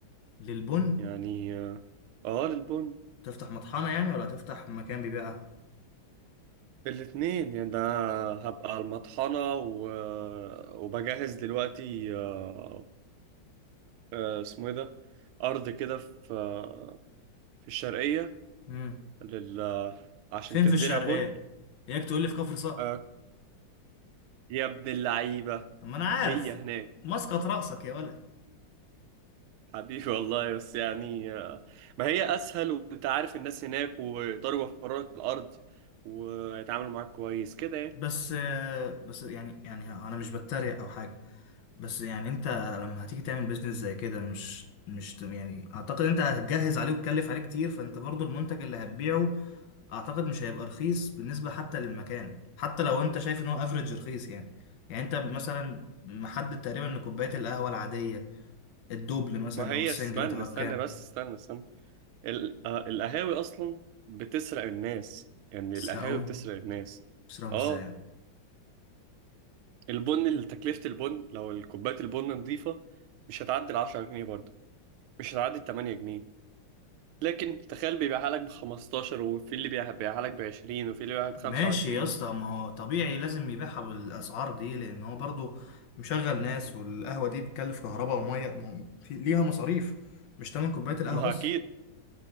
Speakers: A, on the left; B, on the right.
A: للبن
B: يعني اه آه، للبن
A: تفتح مطحنة يعني ولا تفتح مكان بيبيعها
B: بالاتنين يعني ده هبقى على المطحنة و... وبجهز دلوقتي آه، آه، اسمه ايه ده أرض كده في آه، في الشرقية
A: مم.
B: لل... عشان
A: فين
B: تتزرع
A: في الشرقية
B: بن
A: ياك تقول لي في كفر صقر
B: آه، يا ابن اللعيبة
A: أما أنا عارف
B: هي هناك
A: مسقط رأسك يا ولد
B: حبيبي والله بس يعني آه، ما هي أسهل وأنت عارف الناس هناك ويقدروا يوفروا لك الأرض ويتعاملوا معاك كويس كده يعني
A: بس بس يعني يعني انا مش بتريق او حاجه بس يعني انت لما هتيجي تعمل بيزنس زي كده مش مش ت- يعني اعتقد انت هتجهز عليه وتكلف عليه كتير فانت برضو المنتج اللي هتبيعه اعتقد مش هيبقى رخيص بالنسبه حتى للمكان حتى لو انت شايف ان هو افريج رخيص يعني يعني انت مثلا محدد تقريبا ان كوبايه القهوه العاديه الدوبل مثلا
B: ما هي
A: او السنجل
B: استنى
A: هتبقى
B: استنى
A: بكام
B: بس استنى استنى ال- آه، القهاوي اصلا بتسرق الناس يعني
A: تسرقهم
B: القهاوي بتسرق الناس
A: تسرقهم
B: اه
A: ازاي يعني؟
B: البن اللي تكلفة البن لو كوباية البن نظيفة مش هتعدي ال 10 جنيه برضه مش هتعدي ال 8 جنيه لكن تخيل بيبيعها لك ب 15 وفي اللي بيبيع- بيبيعها لك ب 20 وفي اللي بيبيعها ب
A: ماشي
B: 25
A: يا اسطى ما هو طبيعي لازم يبيعها بالاسعار دي لان هو برضو مشغل ناس والقهوه دي بتكلف كهرباء وميه ما هو في- ليها مصاريف مش تمن كوبايه القهوه
B: ما
A: بس
B: هو اكيد